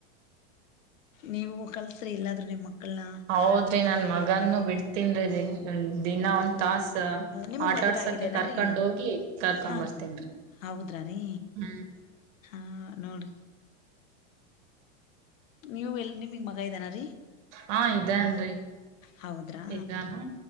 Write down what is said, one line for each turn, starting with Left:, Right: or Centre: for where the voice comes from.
Left: ನೀವು ಕಲಸ್ರಿ ಇಲ್ಲಾದ್ರೂ ನಿಮ್ಮಕ್ಕ. ಕ್ಕಲಾ
Right: ಹೌದ್ರಿ ನನ್ ಮಗನ್ನು ಬಿಟ್ಟ ತಿಂದ್ರೆ ದಿನ ಒಂದ ತಾಸ
Left: ಹೌ ನಿಮಗ್
Right: ಆಟಾಡ್ಸಕ್ಕೆ
Left: ಮದ್ವೆ ಆಗಿದ್ದೇನ
Right: ಕರ್ಕೊಂಡ್
Left: ರೀ?
Right: ಹೋಗಿ ಕರ್ಕೊಂಡ್
Left: ಹಾ
Right: ಬರ್ತೇನ್ರಿ
Left: ರೀ ಹೌದ್ರ ರೀ
Right: ಹ್ಮ್
Left: ಹಾ. ನೋಡಿ ನೀವ್ ಎಲ್ ನಿಮಗ್ ಮಗ ಇದಾನ ರೀ?
Right: ಹಾ ಇದಾನ್ರಿ.
Left: ಹೌದ್ರಾ
Right: ಇದಾನೂ